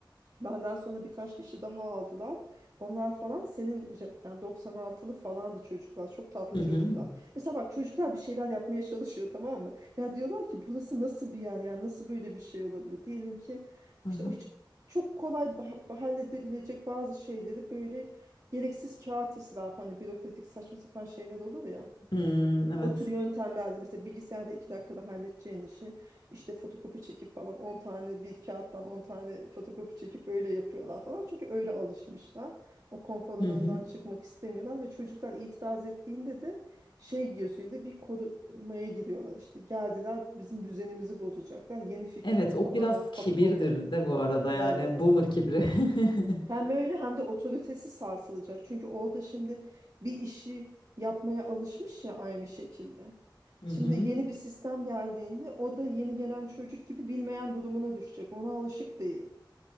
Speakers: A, on the right; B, on the left.
A: Benden sonra birkaç kişi daha aldılar. Onlar falan senin je- yani 96'lı falandı çocuklar. Çok tatlı
B: Hı
A: çocuklar.
B: hı.
A: Mesela bak çocuklar bir şeyler yapmaya çalışıyor tamam mı? Ya diyorlar ki burası nasıl bir yer? Yani nasıl böyle bir şey olabilir? Diyelim ki
B: Hı hı.
A: işte o hiç çok kolay ha- halledebilecek bazı şeyleri böyle gereksiz kağıt israfı hani bürokratik saçma sapan şeyler olur ya.
B: Hmm, evet.
A: O tür yöntemlerle mesela bilgisayarda iki dakikada halledeceğin işi işte fotokopi çekip falan 10 tane bir kağıttan 10 tane fotokopi çekip öyle yapıyorlar falan. Çünkü öyle alışmışlar. O konfor alanından
B: Hı hı.
A: çıkmak istemiyorlar ve çocuklar itiraz ettiğinde de şey gözüyle bir korumaya giriyorlar işte. Geldiler bizim düzenimizi bozacaklar. Yeni fikirleri
B: Evet, o
A: tamamen
B: biraz
A: kapalı.
B: kibirdir de bu arada yani
A: Evet.
B: boomer kibri. <laughs>
A: Hem öyle hem de otoritesi sarsılacak. Çünkü orada şimdi bir işi yapmaya alışmış ya aynı şekilde.
B: Hı
A: Şimdi
B: hı.
A: yeni bir sistem geldiğinde o da yeni gelen çocuk gibi bilmeyen durumuna düşecek. Ona alışık değil.